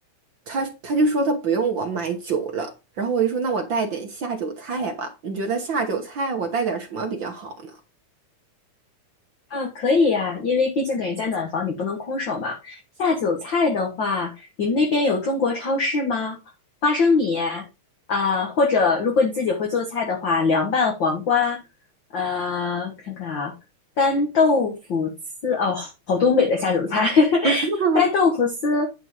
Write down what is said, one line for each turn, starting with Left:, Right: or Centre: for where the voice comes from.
Right: 他他就说他不用我买酒了。然后我就说那我带点下酒菜吧，你觉得下酒菜我带点什么比较好呢？
Left: 啊，可以呀，因为毕竟给人家暖房，你不能空手嘛。下酒菜的话，你们那边有中国超市吗？花生米啊，或者如果你自己会做菜的话，凉拌黄瓜，呃，看看啊，干豆腐丝，哦，好东北的下酒菜，<laughs>
Right: <laughs>
Left: 干豆腐丝，